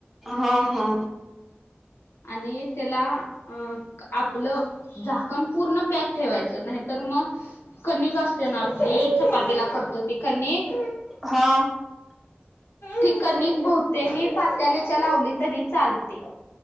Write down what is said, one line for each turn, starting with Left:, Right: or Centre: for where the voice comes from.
Centre: हा हा.
Left: आणि त्याला अ आपलं झाकण पूर्ण पॅक ठेवायचं नाही तर मग कणिक असते ना आपली चपातीला करतो त कणिक
Centre: हा.
Left: ति कणिक बह्तेकनी पात्याल्याच्या लावली तरी चालते.